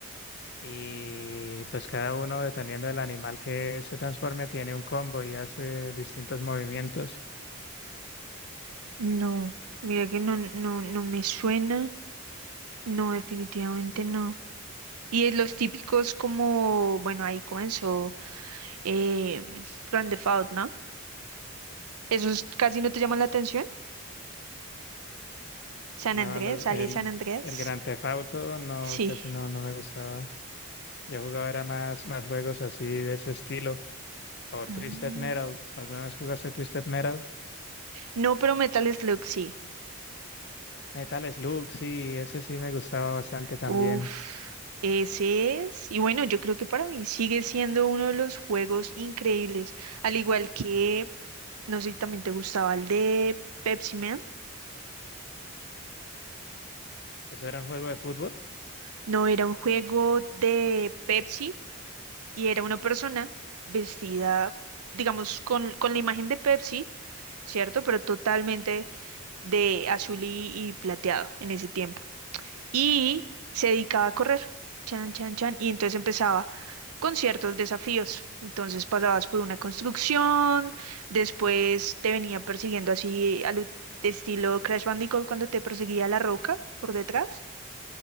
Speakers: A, on the left (about 50°); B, on the right (about 85°).
A: y pues cada uno dependiendo del animal que se transforme tiene un combo y hace distintos movimientos.
B: No, mira que no, no, no me suena. No, definitivamente no. Y es los típicos como, bueno, ahí comenzó eh, Grand Theft Auto, ¿no? ¿Esos casi no te llaman la atención? San
A: No,
B: Andrés,
A: los,
B: sale
A: el,
B: San Andrés.
A: el Grand Theft Auto no,
B: Sí.
A: casi no, no me gustaba. Yo jugaba era más, más juegos así de ese estilo. O
B: No,
A: Twisted Metal. ¿Alguna vez jugaste Twisted Metal?
B: No, pero Metal Slug sí.
A: Metal Slug, sí, ese sí me gustaba bastante también.
B: Uf, ese es. Y bueno, yo creo que para mí sigue siendo uno de los juegos increíbles. Al igual que No sé si también te gustaba el de Pepsi Man.
A: ¿Eso era un juego de fútbol?
B: No, era un juego de Pepsi y era una persona vestida, digamos, con, con la imagen de Pepsi, ¿cierto? Pero totalmente de azul y, y plateado en ese tiempo. y se dedicaba a correr, chan, chan, chan, y entonces empezaba con ciertos desafíos. Entonces pasabas por una construcción, después te venía persiguiendo así al estilo Crash Bandicoot cuando te perseguía la roca por detrás.